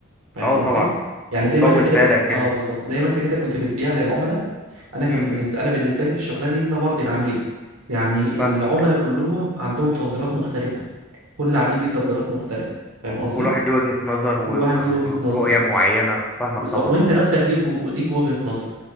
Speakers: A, on the right (about 80°); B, in the centre.
A: فاهم
B: اه
A: قصدي
B: طبعا
A: يعني
B: وتطول
A: زي ما انت كده
B: بالك
A: ك...
B: كده
A: اه بالظبط زي ما انت كده كنت بتبيع للعملاء انا كان
B: امم
A: بالنسبه انا بالنسبه لي في الشغلانه دي ان انا برضي العميل يعني
B: فاهمك
A: العملاء كلهم عندهم تفضيلات مختلفه كل عميل ليه تفضيلات مختلفه فاهم قصدي
B: وكل واحد ليه وجهة نظر و...
A: كل واحد
B: و...
A: ليه وجهة
B: و- ورؤية
A: نظر
B: معينة فاهمك
A: بالظبط
B: طبعا
A: وانت
B: طبعا
A: نفسك ليك ليك وجهة نظر